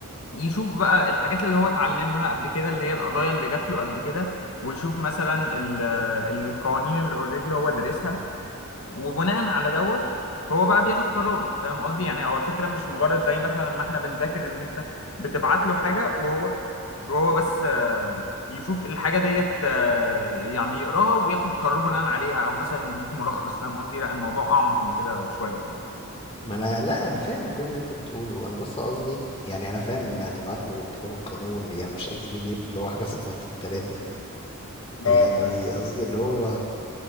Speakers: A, on the left; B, on the left.
A: يشوف بقى الحاجات اللي هو اتعلمها قبل كده اللي هي القضايا اللي جات له قبل كده ويشوف مثلا ال- القوانين اللي اوريدي هو دارسها وبناء على دوت هو بقى بياخد قراره فاهم قصدي يعني هو الفكرة مش مجرد زي مثلا ما احنا بنذاكر ان انت بتبعت له حاجة وهو وهو بس آه، يشوف الحاجة ديت آه، يعني يقراها وياخد قرار بناء عليها او مثلا يديك ملخص فاهم قصدي لا الموضوع اعمق من كده بشوية يعني
B: ما انا لا انا فاهم كل اللي انت بتقوله وانا بس قصدي يعني انا فاهم ان هتبعت له كتاب القانون يعني مش قصدي بي دي اف اللي هو حاجه صفحتين ثلاثه يعني
A: اه فاهم
B: قصدي اللي هو